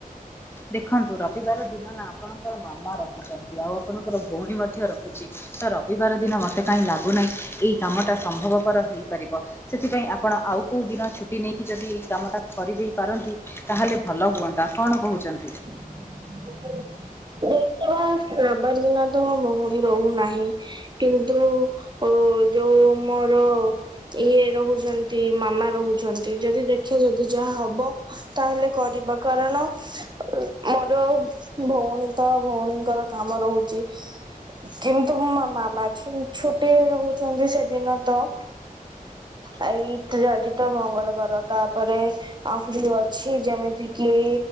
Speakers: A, on the left (about 15°); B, on the right (about 30°).
A: ଦେଖନ୍ତୁ ରବିବାର ଦିନ ନା ଆପଣଙ୍କର ମାମା ରହୁଛନ୍ତି ଆଉ ଆପଣଙ୍କର ଭଉଣୀ ମଧ୍ୟ ରହୁଛି। ତ ରବିବାର ଦିନ ମତେ କାହିଁ ଲାଗୁନାହିଁ ଏଇ କାମ ଟା ସମ୍ଭବପର ହେଇପାରିବ। ସେଥିପାଇଁ ଆପଣ ଆଉ କୋଉ ଦିନ ଛୁଟି ନେଇକି ଯଦି ଏଇ କାମଟାକୁ କରିଦେଇ ପାରନ୍ତି ତାହେଲେ ଭଲ ହୁଅନ୍ତା କଣ କହୁଛନ୍ତି?
B: ଦେଖିବା ରବିବାର ଦିନ ତ ମୋ ଭଉଣୀ ରହୁନାହିଁ। କିନ୍ତୁ ଅ ଯୋଉ ମୋର। ଇଏ ରହୁଛନ୍ତି ମାମା ରହୁଛନ୍ତି ଯଦି ଦେଖେ ଯଦି ଯାହା ହବ। ତାହେଲେ କରିବା କାରଣ ମୋର। ଭଉଣୀ ତ ଭଉଣୀଙ୍କର କାମ ରହୁଛି। କିନ୍ତୁ ମ ମାମା ଛି ଛୁଟିରେ ରହୁଛନ୍ତି ସେଦିନ ତ। ଏଇଥି ରେ ଅଜି ତ ମଙ୍ଗଳବାର ତାପରେ। <unintelligible> ଅଛି ଯେମିତି କିି